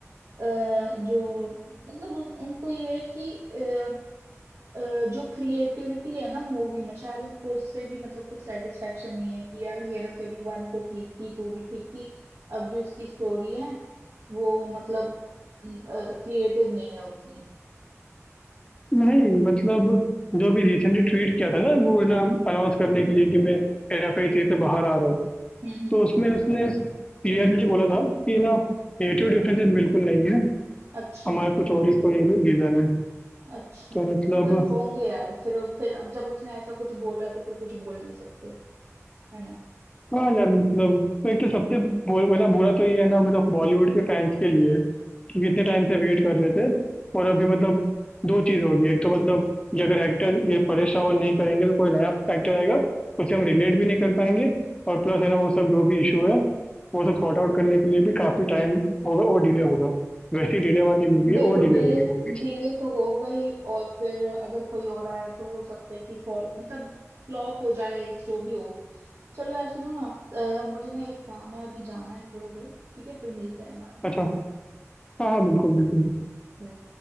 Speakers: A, on the right; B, on the left.
A: अ, जो मतलब उस, उनको ये है कि अ, अ, जो क्रिएटिविटी है ना मूवी में शायद उनको उससे भी मतलब कुछ सेटिस्फेक्शन नहीं है कि यार हेरा फेरी वन तो ठीक थी टू भी ठीक थी अब जो इसकी स्टोरी है वो मतलब क्रिएटिव नहीं है उतनी
B: नहीं मतलब जो अभी रिसेंटली ट्वीट किया था ना वो ना अनाउंस करने के लिए कि मैं हेराफेरी से बाहर आ रहा हूँ
A: हम्म हम्म,
B: तो उसमें उसने क्लियरली बोला था कि ना नेटिव डिफरेंसेस बिल्कुल नहीं है
A: अच्छा
B: हमारा कुछ और ही कोई रीज़न है
A: अच्छा
B: तो मतलब
A: तो फिर होंगे यार फिर फिर अब जब उसने ऐसा कुछ बोला है तो फिर कुछ बोल नहीं सकते है ना
B: हाँ यार मतलब एक तो सबसे बु- मतलब बुरा तो ये है ना मतलब बॉलीवुड के फैंस के लिए कि कितने टाइम से वेट कर रहे थे और अभी मतलब दो चीज़ होगी एक तो मतलब ये अगर एक्टर ये परेश रावल नहीं करेंगे तो कोई नया एक्टर आएगा उससे हम रिलेट भी नहीं कर पाएंगे और प्लस है ना वो सब जो भी इशू है वो सब सॉर्ट आउट करने के लिए भी काफ़ी टाइम होगा और डिले होगा वैसी डिले वाली मूवी
A: देखो
B: है और डिले
A: डिले
B: होगी मूवी
A: डिले तो हो गई और फिर अगर कोई और आया तो हो सकता है कि फॉल मतलब फ्लॉप हो जाए जो भी हो चलो यार सुनो ना अ, मुझे ना एक काम है अभी जाना है थोड़ा घर ठीक है फिर मिलते हैं बाद में
B: अच्छा हाँ हाँ बिल्कुल बिल्कुल
A: ठीक बाय